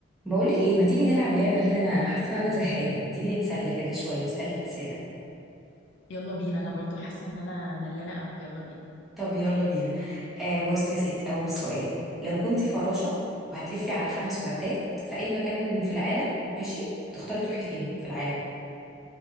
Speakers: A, in the centre; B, on the left (about 65°).
A: بقولك ايه ما تيجي نلعب لعبة كده انا حاسة ان انا زهقانة ما تيجي نتسلى كده شوية اسألك اسئلة
B: يلا بينا انا برضو حاسه ان انا ملانه قوي يلا بينا
A: طب يلا بينا آه بص يا ستي اول سؤال لو كنتي فراشة وهتلفي على خمس وردات في اي مكان في العالم ماشي هتختاري تروحي فين في العالم